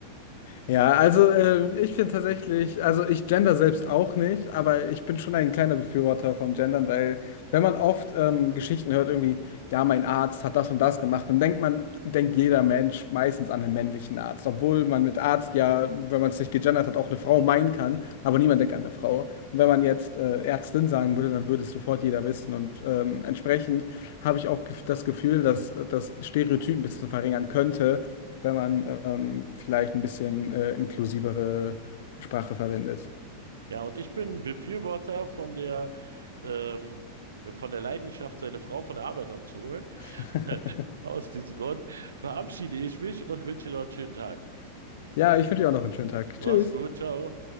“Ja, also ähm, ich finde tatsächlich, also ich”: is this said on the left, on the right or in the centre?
Left